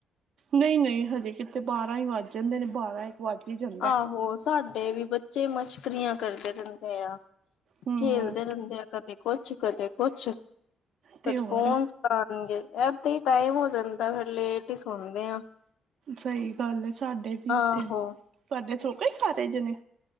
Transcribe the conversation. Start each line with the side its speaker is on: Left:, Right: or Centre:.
Right: ਨਹੀਂ- ਨਹੀਂ ਹਜੇ ਕਿਥੇ ਬਾਰਾਂ ਹੀ ਵੱਜ ਜਾਂਦੇ ਨੇ ਬਾਰਾਂ ਈ। ਵਜ ਹੀ ਜਨ
Left: ਆਹੋ ਸਾਡੇ ਵੀ ਬੱਚੇ ਮਸ਼ਕਰੀਆਂ ਕਰਦੇ ਰਹਿੰਦੇ ਆ।
Right: ਹੂੰ।
Left: ਖੇਲਦੇ ਰਹਿੰਦੇ ਆ ਕਦੇ ਕੁਛ- ਕਦੇ ਕੁਛ
Right: ਤੇ
Left: ਪਰ
Right: ਹੋਰ
Left: ਫੋਨ ਪਾਣਗੇ ਏਦਾਂ ਹੀ ਟਾਈਮ ਹੋ ਜਾਂਦਾ ਫੇਰ ਲੇਟ ਹੀ ਸੋਂਦੇ ਆਂ।
Right: ਸਹੀ ਗੱਲ ਹੈ ਸਾਡੇ ਵੀ
Left: ਆਹੋ
Right: ਇਥੇ, ਤੁਆਡੇ ਸੋ ਗਏ ਸਾਰੇ ਜਣੇ?